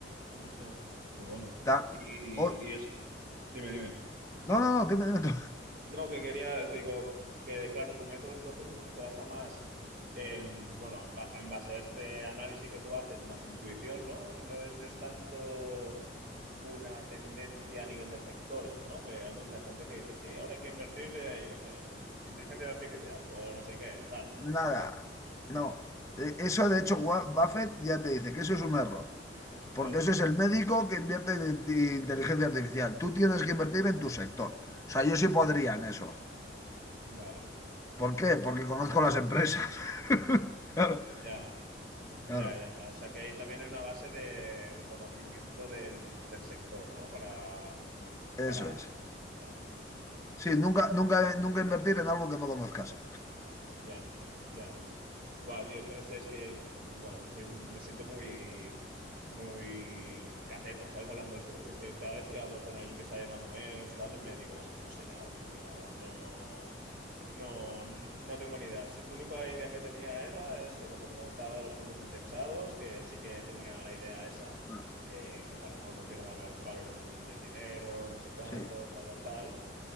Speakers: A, on the right; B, on the left.
A: hostia, qué bueno.
B: Ta-
A: Y,
B: o-
A: y es, dime, dime.
B: No, no, no, dime, dime tú.
A: No, que quería, digo, que claro, tu método entonces no, se basa más en, bueno, en, ba- en base a este análisis que tú haces, más intuición, ¿no? No, no es tanto una tendencia a nivel de sectores, ¿no? Que hay mucha gente que dice, sí, ahora hay que invertir, eh, yo qué sé, en inteligencia artificial o no sé qué, tal.
B: Nada, no. E- Eso, de hecho, Wa- Buffett ya te dice que eso es un error,
A: Vale,
B: porque eso es el médico que invierte en in- inteligencia artificial. Tú tienes que invertir en tu sector. O sea, yo sí podría en eso.
A: vale,
B: ¿Por
A: vale.
B: qué? Porque conozco las empresas. <laughs> Claro,
A: Ya, ya,
B: claro,
A: ya, ya. O sea que ahí también hay una base de, de conocimiento del, del sector, ¿no? Para,
B: eso
A: para,
B: es.
A: vale, vale. Sí,
B: Sí,
A: sí.
B: nunca, nunca, nunca invertir en algo que no conozcas.
A: Ya. Ya. Buah, tío, es que no sé, es que, buah, es que soy, me siento muy, muy cateto, ¿sabes? Hablando de esto, porque es que cada vez que hablo con alguien que sabe más o menos, tal, me digo, es que no sé nada, tío, no, no, no, no tengo ni idea. Sí, La única idea que tenía era eso, lo que te comentaba de los fondos indexados, que sí que tenía la idea esa
B: No,
A: de que para no pierda val- valor el, el dinero, no sé cuántos,
B: Sí.
A: tal, tal, tal